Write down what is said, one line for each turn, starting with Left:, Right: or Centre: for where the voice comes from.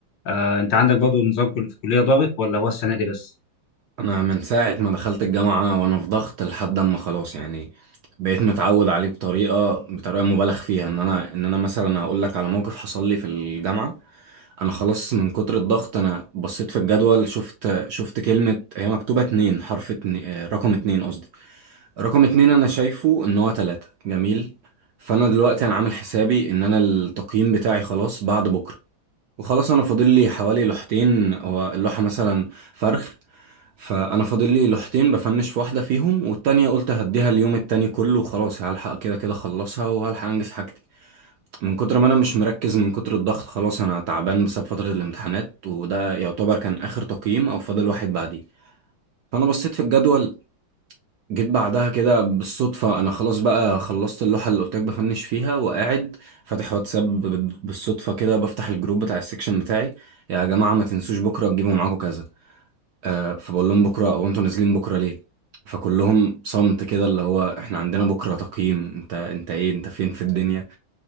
Left: آه انت عندك برضه نظام كل في الكليه ضاغط ولا هو السنه دي بس؟
Right: انا من ساعه ما دخلت الجامعه وانا في ضغط لحد اما خلاص يعني بقيت متعود عليه بطريقه بطريقه مبالغ فيها ان انا ان انا مثلا هقول لك على موقف حصل لي في الجامعه انا خلاص من كتر الضغط انا بصيت في الجدول شفت شفت كلمه هي مكتوبه اتنين حرف اتنين آه، رقم اتنين قصدي رقم اتنين انا شايفه ان هو تلاتة جميل فانا دلوقتي انا عامل حسابي ان انا التقييم بتاعي خلاص بعد بكره وخلاص انا فاضل لي حوالي لوحتين هو اللوحه مثلا فرخ فانا فاضل لي لوحتين بفنش في واحده فيهم والتانية قلت هديها اليوم التاني كله وخلاص هلحق كده كده اخلصها وهلحق انجز حاجتي من كتر ما انا مش مركز من كتر الضغط خلاص انا تعبان بسبب فتره الامتحانات وده يعتبر كان اخر تقييم او فاضل واحد بعديه فانا بصيت في الجدول جيت بعدها كده بالصدفه انا خلاص بقى خلصت اللوحه اللي قلت لك بفنش فيها وقاعد فاتح واتساب بالصدفه كده بفتح الجروب بتاع السكشن بتاعي يا جماعه ما تنسوش بكره تجيبوا معاكم كذا آه، فبقول لهم بكره او انتوا نازلين بكره ليه فكلهم صمت كده اللي هو احنا عندنا بكره تقييم انت انت ايه انت فين في الدنيا